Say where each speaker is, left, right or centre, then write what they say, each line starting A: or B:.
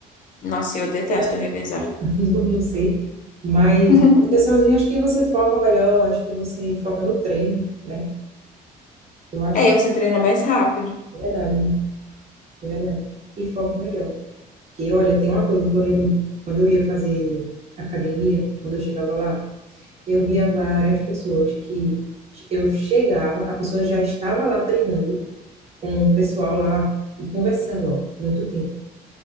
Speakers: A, on the left (about 50°); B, on the right (about 40°).
A: Nossa, e eu detesto
B: brincando, né?
A: revezar.
B: Brincando, <laughs> não sei. Mas
A: <laughs>
B: proteçãozinha, acho que você foca melhor, acho que você foca no treino, né? Eu acho
A: É,
B: que
A: aí você treina mais rápido.
B: é verdade, é verdade. E foca melhor. Porque, olha, tem uma coisa que eu lembro quando eu ia fazer academia, quando eu chegava lá, eu via várias pessoas que eu chegava, a pessoa já estava lá treinando com o pessoal lá e conversando, ó, muito tempo.